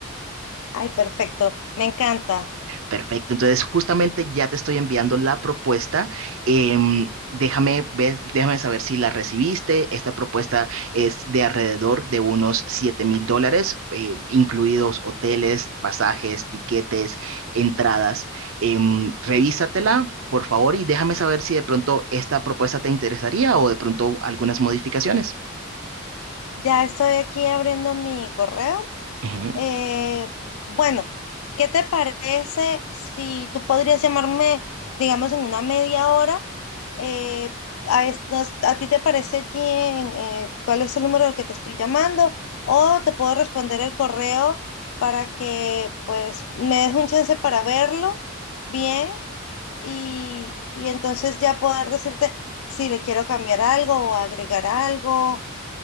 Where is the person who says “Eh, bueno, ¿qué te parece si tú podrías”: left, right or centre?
Left